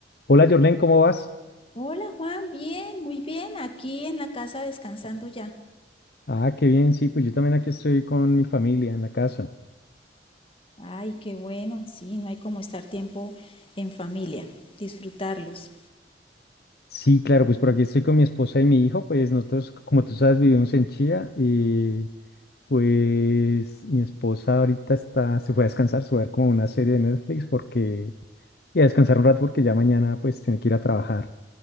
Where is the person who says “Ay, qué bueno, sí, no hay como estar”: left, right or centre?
Left